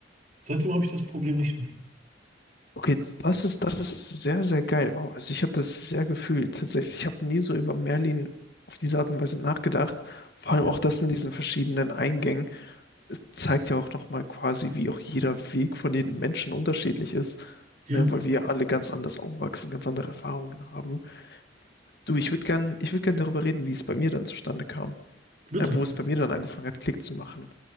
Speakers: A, on the right; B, on the left.
A: Seitdem habe ich das Problem nicht mehr.
B: Okay, das ist, das ist sehr, sehr geil. Wow, also ich habe das sehr gefühlt tatsächlich. Ich habe nie so über Merlin auf diese Art und Weise nachgedacht. Vor allem
A: Ja,
B: auch das mit diesen verschiedenen Eingängen. zeigt ja auch nochmal quasi, wie auch jeder Weg von jedem Menschen unterschiedlich ist,
A: ja,
B: ne, weil wir alle ganz anders aufwachsen, ganz andere Erfahrungen haben. Du, ich würde gern, ich würde gern darüber reden, wie es bei mir dann zustande kam,
A: bitte.
B: äh, wo es bei mir dann angefangen hat, Klick zu machen,